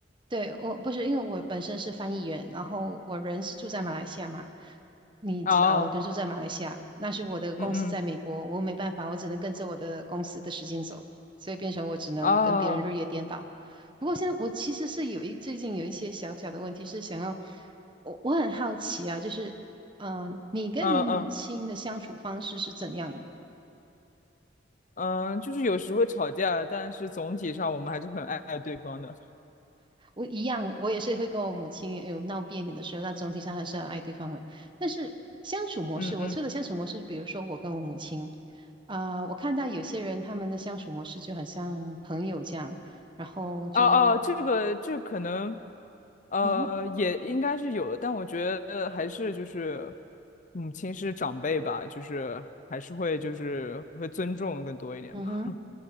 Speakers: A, on the right; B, on the left.
A: 对，我不是因为我本身是翻译员，然后我人是住在马来西亚嘛，你知道我人住在马来西亚，
B: 哦，
A: 但是我的公司在美国，
B: 嗯嗯，
A: 我没办法，我只能跟着我的公司的时间走，所以变成我只能跟别人日夜颠倒。
B: 哦，
A: 不过现在我其实是有一最近有一些小小的问题是想要，我我很好奇啊，就是嗯、呃你跟你母亲的相处方式是怎样的？
B: 嗯嗯嗯，就是有时会吵架，但是总体上我们还是很爱爱对方的。
A: 我一样，我也是会跟我母亲有闹别扭的时候，但总体上还是要爱对方的。但是相处模式，
B: 嗯嗯
A: 我说的相处模式，比如说我跟我母亲，啊、我看到有些人他们的相处模式就很像朋友这样，然后就
B: 哦哦，这个这个可能，呃，
A: 嗯哼
B: 也应该是有的，但我觉得还是就是母亲是长辈吧，就是还是会就是会尊重更多一点吧。
A: 嗯哼。